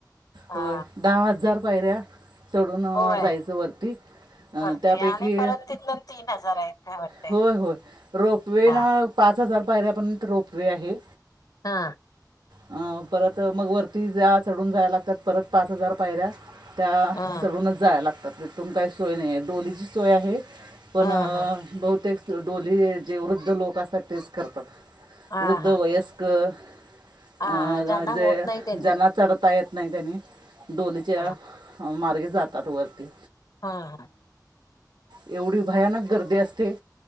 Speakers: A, on the left; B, on the right.
A: हा
B: होय दहा हजार पायऱ्या चढून
A: होय
B: जायचं वरती त्यापैकी
A: वरती आणि परत तिथन तीन हजार आहेत काय वाटते
B: होय होय रोपवे
A: हा
B: ना पाच हजार पाहिऱ्यापर्यंत रोपवे आहे
A: हा
B: अं परत मग वरती चढून जायला लागतात परत पाच हजार पायऱ्या त्या
A: हा
B: चढूनच जा लागतात इथून काही सोय नाही आहे डोलीची सोय आहे पण
A: हा हा
B: बहुतेक डोली जे वृद्ध लोक असतात तेच करतात.
A: हा
B: वृद्ध
A: हा
B: वयस्कर.
A: हा
B: अ
A: ज्यांना
B: जे
A: होत नाही त्यांनी
B: ज्याला चढता येत. नाही त्यांनी डोलीच्या
A: हा
B: मार्गे जातात वरते.
A: हा हा.
B: एवढी भयानक गर्दी असते